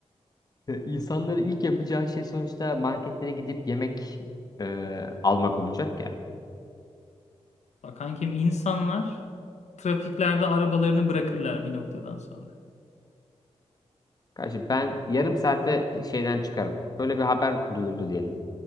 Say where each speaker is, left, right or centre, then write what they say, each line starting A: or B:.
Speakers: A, on the left; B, on the left.
A: E, İnsanların ilk yapacağı şey sonuçta marketlere gidip yemek eee, almak olacak ya.
B: Bak kankim insanlar trafiklerde arabalarını bırakırlar bir noktadan sonra.
A: Kardeşim ben yarım saatte şeyden çıkarım. Böyle bir haber duyuldu diyelim.